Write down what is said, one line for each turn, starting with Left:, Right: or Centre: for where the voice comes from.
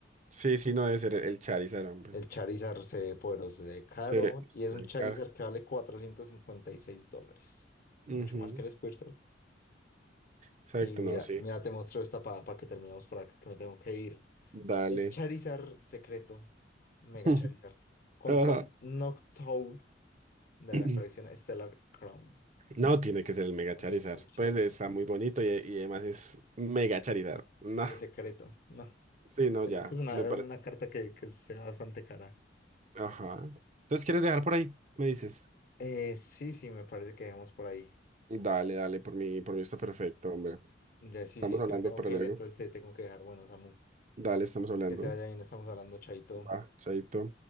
Right: Sí, sí, no debe ser el Charizard, hombre.
Left: El Charizard se ve poderoso, se ve caro.
Right: Se, se
Left: Y es un
Right: ve
Left: Charizard
Right: cara.
Left: que vale 456 dólares. Mucho
Right: Ujú,
Left: más que el Squirtle.
Right: Exacto,
Left: Y mira,
Right: no, sí.
Left: mira, te muestro esta para que terminemos por acá, que me tengo que ir.
Right: Dale.
Left: El Charizard secreto, Mega
Right: <laughs>
Left: Charizard, contra
Right: Ajá.
Left: un Noctowl de
Right: <clears throat>
Left: la colección Stellar Crown.
Right: No, tiene que ser el Mega
Left: No
Right: Charizard.
Left: tiene que ser el Charizard.
Right: Pues está muy bonito y, y además es Mega Charizard. No,
Left: Y es secreto. No.
Right: sí, no,
Left: Es
Right: ya,
Left: es una,
Right: me
Left: era
Right: parece.
Left: una carta que, que sea bastante cara.
Right: Ajá. Entonces, ¿quieres dejar por ahí? Me dices.
Left: Eh, sí, sí, me parece que dejemos por ahí.
Right: Dale, dale, por mí, por mí está perfecto, hombre.
Left: Ya, sí,
Right: Estamos
Left: sí, es
Right: hablando
Left: que me tengo
Right: para
Left: que
Right: luego.
Left: ir, entonces te tengo que dejar. Bueno, Samu,
Right: Dale, estamos hablando.
Left: que te vaya bien, estamos hablando, chaito.
Right: Va, chaito.